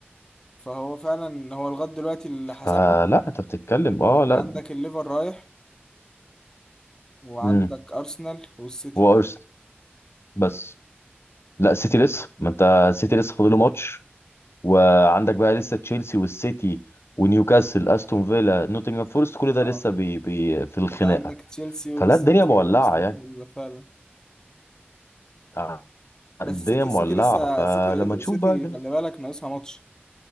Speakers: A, on the left (about 15°); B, on the left (about 80°).
A: فهو فعلا هو لغاية دلوقتي اللي
B: فلا
A: حسمها
B: انت بتتكلم اه
A: أنت
B: لا
A: عندك الليفر رايح وعندك
B: امم
A: أرسنال والسيتي
B: هو ارسنال بس لا السيتي لسه ما انت السيتي لسه فاضله ماتش وعندك بقى لسه تشيلسي والسيتي ونيوكاسل استون فيلا نوتنغهام فورست كل ده
A: اه
B: لسه بي بي في الخناقة
A: أنت عندك تشيلسي والسيتي
B: فلا الدنيا مولعة
A: وأرسنال
B: يعني
A: فيلا فعلا
B: آه، الدنيا
A: بس السيتي
B: مولعة
A: السيتي لسه
B: فلما
A: السيتي
B: نشوف
A: السيتي
B: بقى الدنيا
A: خلي بالك ناقصها ماتش